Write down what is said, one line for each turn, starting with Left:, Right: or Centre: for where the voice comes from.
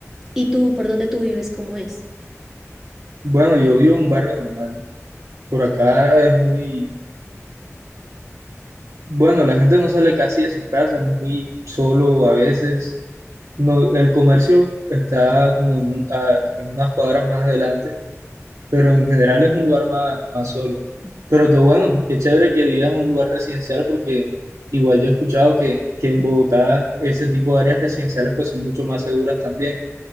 Centre: ¿Y tú, por dónde tú vives, cómo es?
Right: Bueno, yo vivo en un barrio normal. Por acá es muy... Bueno, la gente no sale casi de sus casas, es muy solo a veces. No, el comercio está como en, un- a- en unas cuadras más adelante, pero en general es un lugar más, más solo. Pero qué bueno, qué chévere que vivas en un lugar residencial porque igual yo he escuchado que, que en Bogotá ese tipo de áreas residenciales pues son mucho más seguras también.